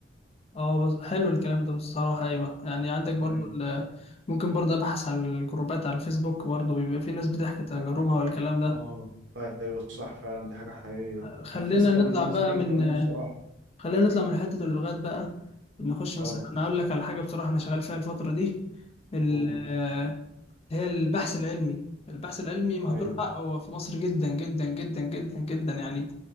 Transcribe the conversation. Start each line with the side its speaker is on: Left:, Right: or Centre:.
Left: اه بس حلو الكلام ده بصراحة ايوه يعني عندك برضو
Right: ايوه
Left: ال- ممكن برضو ابحث عن الجروبات على الفيسبوك برضو بيبقى في ناس بتحكي تجاربها والكلام ده
Right: اه ايوه صح فعلا دي حاجة حقيقية
Left: خلينا
Right: في الفيس كمان
Left: نطلع
Right: الناس
Left: بقى
Right: بيتكلموا
Left: من
Right: بصراحة
Left: خلينا نطلع من حتة اللغات بقى نخش مثلا
Right: اه
Left: انا اقول لك على حاجة بصراحة انا شغال فيها الفترة دي ال-
Right: قول
Left: آه، اللي هي البحث العلمي البحث العلمي مهدور
Right: ايوه
Left: حقه في مصر جدا جدا جدا جدا جدا يعني